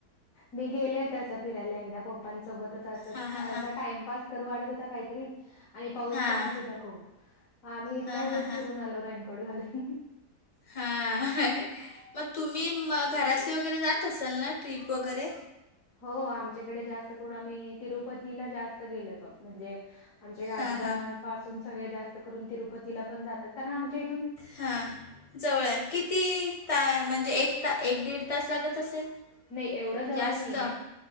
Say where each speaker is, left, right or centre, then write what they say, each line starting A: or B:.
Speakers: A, on the left; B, on the left.
A: मी गेले असं फिरायला एकदा पप्पांसोबतच असच,
B: हां हां
A: अर्धा
B: हां
A: टाइमपास तर वाढत होता काहीतरी आणि पाऊस
B: हां
A: पण येत होता खूप. आम्ही इथल्या
B: हां
A: इथेच
B: हां हां
A: फिरून आलो, रेनकोट घालून.
B: हां हा, मग तुम्ही म घरातली वगैरे जात असाल ना, ट्रिप वगैरे?
A: हो आमच्याकडे जास्त करून आम्ही तिरुपतीला जास्त गेलोय बघ, म्हणजे आमचे आजोबांन
B: हां हां
A: पासून सगळे जास्त करून तिरुपतीला पण जातात, कारण आमचे
B: हां, जवळ किती ता म्हणजे एक ता एक दीड तास लागत असेल?
A: नही एवढं जवळ
B: जास्त
A: नहीये,